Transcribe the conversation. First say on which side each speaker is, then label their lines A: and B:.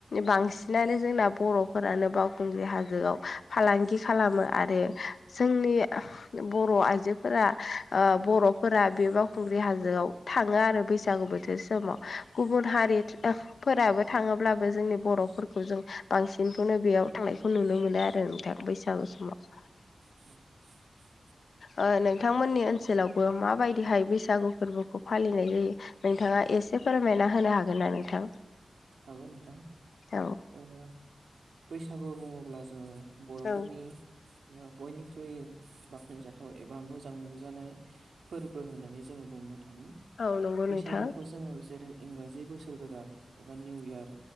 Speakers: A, on the left; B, on the right.
A: बांसिनानो जोंना बर'फोरानो बावखुंग्रि हाजोआव फालांगि खालामो आरो। जोंनि बर' आइजोफोरा ओ बर'फोरा बे बावखुंग्रि हा जोआव थाङो आरो बैसागु बोथोर समाव गुबुन हारि फोराबो थाङोब्लाबो जोंनि बर'फोरखौ जों बांसिनखौनो बेयाव थांनाय खौ नुनो मोनो आरो नोंथां बैसागु समाव।
B: <unintelligible> <inaudible>
A: ओ नोंथांमोननि ओनसोलावबो माबायदिहाय बैसागु फोरबोखौ फालिनाय जायो नोंथाङा एसे फोरमायना होनो हागोन ना नोंथां?
B: हागोन नोंथां
A: औ
B: ओ बैसागु बुङोब्ला जोङो बर'फोरनि
A: औ
B: बयनिख्रुइ बाख्नायजाथाव एबा मोजां मोनजानाय। फोरबो होननानै जोङो बुंनो थाङो
A: औ नंगौ
B: बैसागुखौ
A: नोंथां
B: जोङो जेरै इंराजि बोसोर गोदान एबा निउ इयार